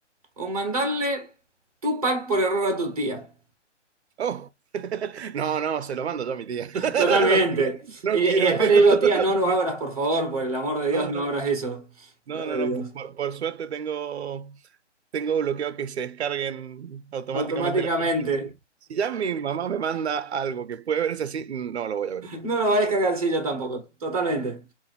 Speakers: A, on the right; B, on the right.
A: o mandarle tu pack por error a tu tía.
B: Oh, <laughs> no, no, se lo mando yo a mi tía. <laughs>
A: Totalmente.
B: No quiero, no
A: Y,
B: quiero
A: y después
B: ver.
A: le
B: <laughs>
A: digo, tía, no lo abras, por favor, por el amor de Dios,
B: No,
A: no
B: no,
A: abras
B: no.
A: eso.
B: No,
A: Gloria
B: no,
A: a
B: no.
A: Dios.
B: Por, por suerte tengo, tengo bloqueado que se descarguen automáticamente
A: Automáticamente.
B: las cosas. Así que si ya mi mamá me manda algo que puede verse así, no lo voy a abrir.
A: No lo va a descargar, sí, yo tampoco. Totalmente.